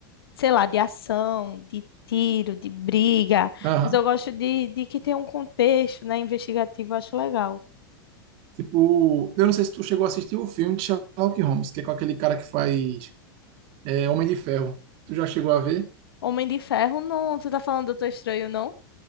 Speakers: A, on the left; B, on the right.
A: sei lá, de ação, de tiro, de briga,
B: Aham.
A: mas eu gosto de, de que tenha um contexto, né, investigativo, eu acho legal.
B: Tipo, eu não sei se tu chegou a assistir o filme de Sherlock Holmes, que é com aquele cara que faz é Homem de Ferro. Tu já chegou a ver?
A: Homem de Ferro, não, tu tá falando do Doutor Estranho, não?